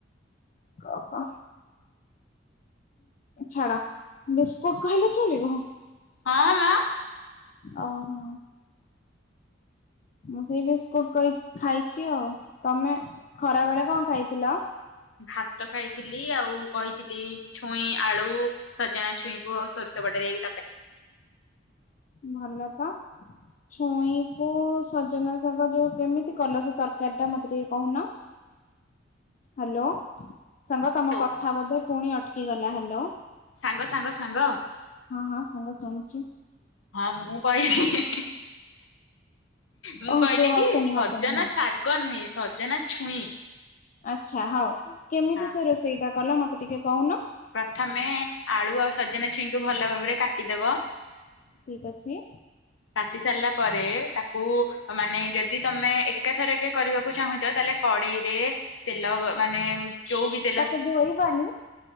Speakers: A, on the left; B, on the left.
A: କଣ କହ? ଛାଡା ବିସ୍କୁଟ କହିଲେ ଚଳିବ?
B: ହଁ ମ।
A: ଅ ହୋ।
B: <inaudible>
A: ମୁଁ ସେଇ ବିସ୍କୁଟ କହି ଖାଇଛି ଆଉ ତମେ ଖରା ବେଳେ କଣ ଖାଇଥିଲ?
B: ଭାତ ଖାଇଥିଲି ଆଉ କହିଥିଲି ଛୁଇଁ ଆଳୁ ସଜନା ଛୁଇଁଙ୍କୁ ଆଉ ସ ସବଟରେ କି ତରକାରି
A: ଭଲ ତ। ଛୁଇଁ କୁ ସଜନା ଶାଗ ଯୋଉ କେମିତି କଲ ସେ ତରକାରୀ ଟା ମତେ ଟିକେ କହୁନ?
B: <inaudible>
A: ହାଲୋ ସାଙ୍ଗ ତମ
B: ଆଉ
A: କଥା ବୋଧେ ପୁଣି ଅଟକି ଗଲା ହାଲୋ।
B: ସାଙ୍ଗ ସାଙ୍ଗ ସାଙ୍ଗ।
A: ହଁ ସାଙ୍ଗ ଶୁଣୁଛି
B: ହଁ ମୁଁ କହିଲି। ମୁଁ
A: ଓ
B: କହିଲି
A: କୁହ
B: କି
A: ହସନି
B: ସଜନା
A: ହସନି ହଁ
B: ଶାଗ ନୁହେଁ। ସଜନା ଛୁଇଁ।
A: ଆଚ୍ଛା ହଉ କେମିତି
B: ହଁ
A: ସେ ରୋଷେଇଟା କଲ ମତେ ଟିକେ କହୁନ?
B: ପ୍ରଥମେ ଆଳୁ ଆଉ ସଜନା ଛୁଇଁ କୁ ଭଲ ଭାବରେ କାଟିଦବ।
A: ଠିକ ଅଛି।
B: କାଟି ସାରିଲା ପରେ ତାକୁ ମାନେ ଯଦି ତମେ ଏକାଥରକେ କରିବାକୁ ଚାହୁଁଛ ତାହେଲେ କଡେଇରେ ତେଲ ଗ ମାନେ ଯୋଉ ବି ତେଲ
A: ତାକୁ ଧୋଇବାନି।